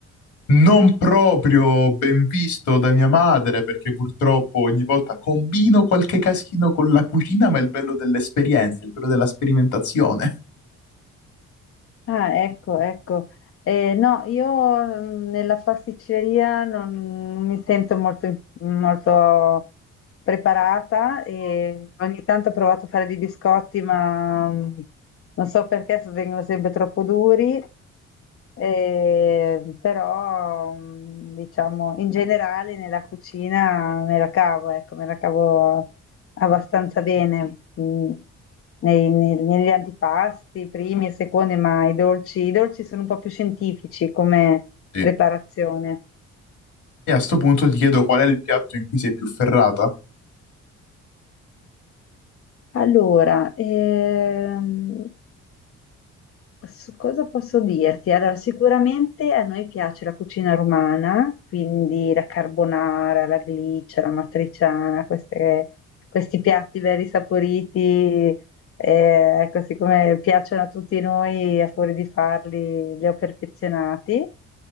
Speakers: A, on the left; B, on the left.
A: Non proprio ben visto da mia madre, perché purtroppo ogni volta combino qualche casino con la cucina, ma è il bello dell'esperienza, il bello della sperimentazione.
B: Ah, ecco, ecco. Eh, no, io mm, nella pasticceria non, non mi sento molto, molto preparata e ogni tanto ho provato a fare dei biscotti, ma mm, non so perché vengono sempre troppo duri eh, però mm, diciamo in generale nella cucina me la cavo, ecco, me la cavo abbastanza bene mm, nei- nei- negli antipasti, primi e secondi, ma i dolci, i dolci sono un po' più scientifici come
A: Sì.
B: preparazione.
A: E a sto punto ti chiedo qual è il piatto in cui sei più ferrata?
B: Allora, ehm, Su cosa posso dirti? Allora, sicuramente a noi piace la cucina romana, quindi la carbonara, la gliccia, la matriciana, queste- questi piatti belli saporiti, eh, così come piacciono a tutti noi, a fuori di farli, li ho perfezionati.